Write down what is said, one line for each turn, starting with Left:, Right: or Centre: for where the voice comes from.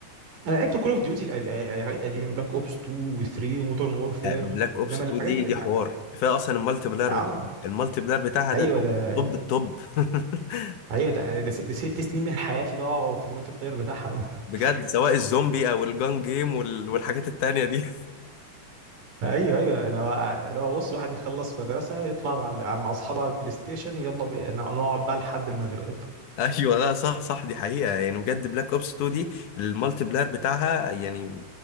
Right: انا لعبت كول اوف ديوتي حاجات قديمه بلاك اوبس 2 و3 ومودرن وورفير
Left: بلاك اوبس
Right: انما
Left: 2
Right: الحاجات
Left: دي
Right: الح...
Left: دي حوار كفايه اصلا المالتي بلاير
Right: اه
Left: بتاعها المالتي بلاير بتاعها
Right: ايوه
Left: ده توب
Right: ده
Left: توب
Right: ايه ده
Left: التوب <laughs>
Right: ايوه ده ده, س... ده ست سنين من حياتي ضاعوا في المالتي بلاير بتاعها ده <laughs>
Left: بجد سواء الزومبي او الجان جيم وال- والحاجات التانية دي
Right: ايوه ايوه لو لو بص واحد يخلص مدرسه يطلع مع مع اصحابه على البلاي ستيشن يلا بي... نقعد بقى لحد المغرب
Left: <laughs> ايوه لا صح صح دي حقيقه يعني بجد بلاك اوبس 2 دي المالتي بلاير بتاعها يعني